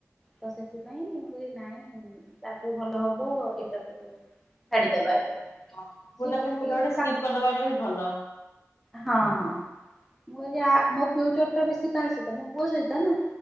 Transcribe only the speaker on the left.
ହଁ
କୋଟା
ପାଇଁ କୋଟାକୁ ଗୋଟେ
ସ୍କିପ୍
କରିଦବା ଏଇଟା ବି ଭଲ।